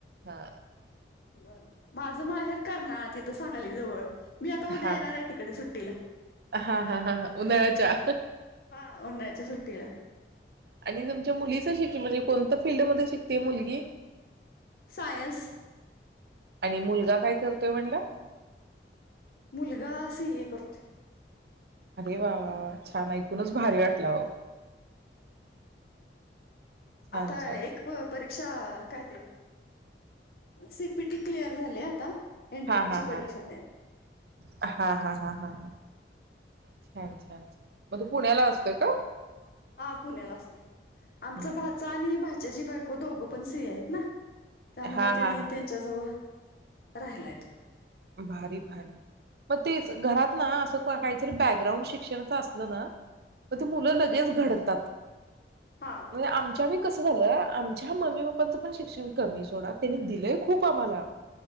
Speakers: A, on the right; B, on the left.
A: हा.
B: बरं ब माझं माहेर करणाळं तिथं सांगली जवळ. मी आता उद्या
A: हा
B: येणार
A: हा
B: आहे तिकडे सुट्टीला
A: हा हा हा हा उन्हाळ्याच्या.
B: हां उन्हाळ्याच्या सुट्टीला.
A: आणि तुमच्या मुलीचं शिक्ष म्हणजे कोणत्या फील्ड मध्ये शिकतिये मुलगी?
B: सायन्स.
A: आणि मुलगा काय करतोय म्हणला?
B: मुलगा सी ए करतोय.
A: अरे वा वा वा छान! ऐकूनच भारी वाटला अहो. छान
B: आता
A: छान
B: एक व परी क्षा काय ते सी पी टी क्लिअर झाले आता. एंट्रन्सची
A: हा हा
B: परीक्षा
A: हा
B: द्यायला
A: हा हा हा हा हा छान! छा छान छा मग तो पुण्याला असतोय का?
B: हा पुण्याला असतोय.
A: हम्म
B: आमचा
A: हम्म.
B: भाचा आणि भाच त्याची बायको दोघं पण सी ए आहेत ना. त्यामुळ
A: हा
B: त्यांनी
A: हा हा
B: त्यांच्याजवळ राहिलाय तो
A: भारी भारी म तेच घरात ना आस <unintelligible> काहीतरी बॅकग्राउंड शिक्षणाच असल ना म ती मुलं
B: हा
A: लगेच घडतात.
B: हा
A: म हे आमच्या बी कस झालं, आमच्या मम्मी पप्पांचं पण शिक्षण कमी सोडा, त्यांनी दिलंय खूप आम्हाला